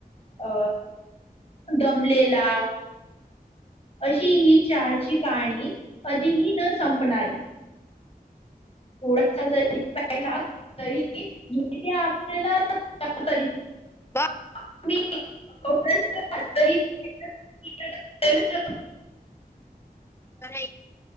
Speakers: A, on the left; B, on the left.
A: अ दमलेला अशी ही चारची काणी कधीही न संपणारी थोडासा जरी पला तरी येथे तेला तरी
B: वा
A: <unintelligible>
B: का नय